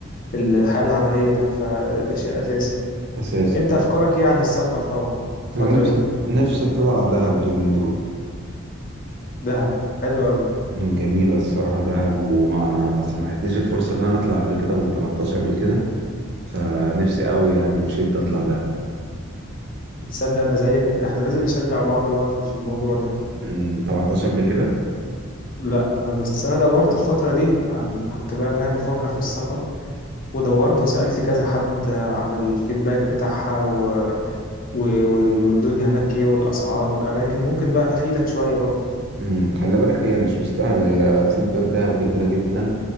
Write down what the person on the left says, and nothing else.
ال الحياة العملية ده فده شيء أساسي
أنت
أفكارك إيه عن السفر طبعا الفترة
دي
دهب حلو أوي
بتصدق أنا زيك ده إحنا لازم نشجع بعض بقى في في الموضوع ده
لا بس انا دورت الفتره دي عن كنت بقى فاهم بفكر في السفر ودورت وسالت كذا حد عن الفيدباك بتاعها و... و... وال- والدنيا هناك ايه والاسعار والاماكن ممكن بقى افيدك شويه برضه